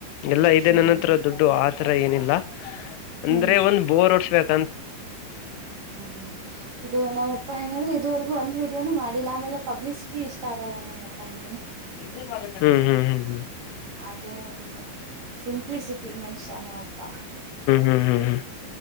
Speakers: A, on the left (about 90°); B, on the right (about 50°).
A: ಎಲ್ಲಾ ಇದದೆ
B: ಹ್ಮ್
A: ನನ್ನ ಹತ್ರ
B: ಹ್ಮ್
A: ದುಡ್ಡು ಆ <unintelligible> ಏನಿಲ್ಲ ಅಂದ್ರೆ
B: ಹ್ಮ್
A: ಒಂದ್ ಬೋರ್ ಹೊಡಿಬೇಕು
B: ಹ್ಮ್ ಇದು ನಮ್ಮಪ್ಪ ಹ ಹೆಂಗಂದ್ರೆ ಇದರೆಗ ಒಂದ್ ವಡಿಯೋನು ಮಾಡಿಲ್ಲ ಆಮೇಲೆ ಪಬ್ಲಿಸಿಟಿ ಇಷ್ಟ ಆಗಲ್ಲ ನಮ್ಮಪ್ಪ ಅ
A: ಹ್ಮ್ ಹ್ಮ್ ಹ್ಮ್ ಹ್ಮ್
B: ಅದೇಂದ ಸಿಂಪ್ಲಿಸಿಟಿ ಮನುಷ್ಯನಮ್ಮಪ್ಪಾ
A: ಹ್ಮ್ ಹ್ಮ್ ಹ್ಮ್